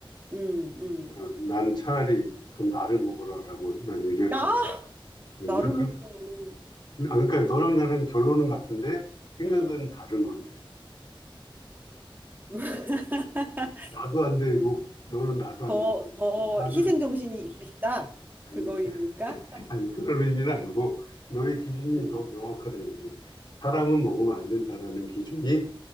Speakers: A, on the right; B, on the left.
A: 음, 음.
B: 그래서 난 차라리 그럼 나를 먹으라라고 난 얘기할
A: 나
B: 것 같다. 난
A: 나를
B: 그렇게
A: 먹기는
B: 아, 그러니까 너랑 나랑 결론은 같은데 생각은
A: 음,
B: 다른 거네.
A: <laughs>
B: 나도 안 되고
A: 음.
B: 너는 나도 안
A: 더,
B: 되고
A: 더
B: 나는
A: 희생 정신이 있으시다
B: 아니
A: 그거입니까?
B: <laughs> 아니 그런 의미는 아니고 너의 기준이
A: 음,
B: 더 명확하다 이거지. 사람은 먹으면 안
A: 음,
B: 된다라는 기준이